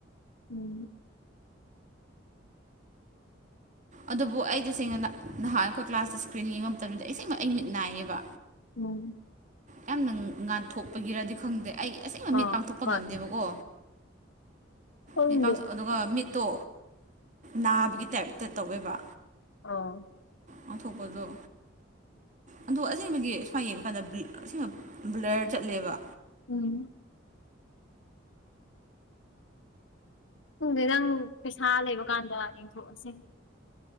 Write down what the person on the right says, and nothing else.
ꯑꯗꯨꯕꯨ ꯑꯩ ꯇꯁꯦꯡꯅ ꯅꯍꯥꯟ ꯑꯩꯈꯣꯏ ꯀ꯭ꯂꯥꯁꯇ ꯏꯁꯀ꯭ꯔꯤꯟ ꯌꯦꯡꯉ ꯃꯇꯝꯗ ꯑꯩ ꯏꯁꯦꯡꯃꯛ ꯑꯩ ꯃꯤꯠ ꯅꯥꯏꯌꯦꯕ
ꯌꯥꯝꯅ ꯉꯥꯟꯊꯣꯛꯄꯒꯤꯔꯗꯤ ꯈꯪꯗꯦ ꯑꯩ ꯑꯁꯦꯡꯕ
ꯃꯤꯠ ꯄꯥꯡꯊꯣꯛꯄ
ꯉꯝꯗꯦꯕꯀꯣ
ꯃꯤ ꯑꯗꯨꯒ ꯃꯤꯠꯇꯣ ꯅꯥꯕꯒꯤ ꯇꯥꯏꯞꯇ ꯇꯧꯋꯦꯕ
ꯉꯥꯡꯊꯣꯛꯄꯗꯣ ꯑꯗꯣ ꯑꯁꯦꯡꯕꯒꯤ ꯁꯨꯃꯥꯏ ꯌꯦꯡꯕ ꯀꯥꯟꯗ ꯑꯁꯤꯅ ꯕ꯭ꯂꯔ ꯆꯠꯂꯦꯕ